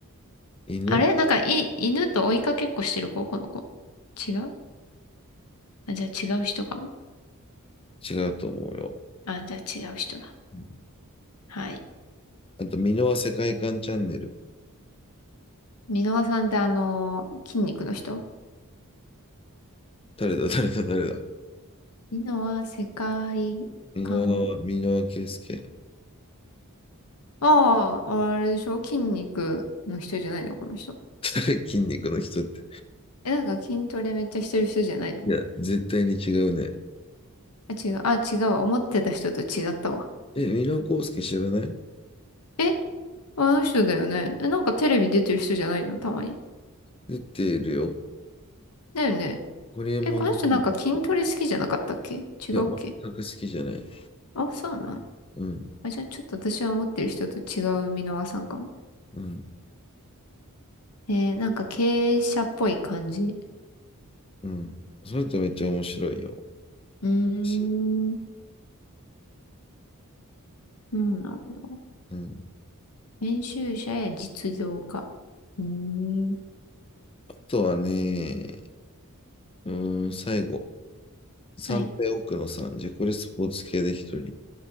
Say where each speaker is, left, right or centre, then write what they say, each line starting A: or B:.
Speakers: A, on the left; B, on the left.
A: 犬
B: あれなんかい、犬と追いかけっこしてる子この子。違うあ、じゃあ違う人かも。
A: 違うと思うよ。
B: あ、じゃあ違う人だ。
A: うん
B: はい。
A: あと、箕輪世界観チャンネル。
B: 箕輪さんってあの、筋肉の人
A: 誰だ誰だ誰だ
B: 箕輪世界観。
A: 箕輪、箕輪圭介。
B: ああ、あれでしょ筋肉の人じゃないのこの人。
A: 誰筋肉の人って。
B: え、なんか筋トレめっちゃしてる人じゃないの
A: いや、絶対に違うね。
B: あ、違う。あ、違う。思ってた人と違ったわ。
A: え、ミラーコウスケ知らない
B: え、あの人だよね。え、なんかテレビ出てる人じゃないのたまに。
A: 出てるよ。
B: だよね。
A: ホリエモンの本も出てる。
B: え、この人なんか筋トレ好きじゃなかったっけ違うっけ
A: いや、全く好きじゃない。
B: あ、そうなん。
A: うん、
B: あ、じゃあちょっと私が思ってる人と違う箕輪さんかも。
A: うん、
B: えー、なんか経営者っぽい感じ。
A: うん。それとめっちゃ面白いよ。
B: うー
A: 私
B: ん、うんなんだ。
A: うん。
B: 編集者や実業家。うーん、
A: あとはね、うーん、最後。三平奥野さん。
B: はい。
A: じゃ、これスポーツ系で一人。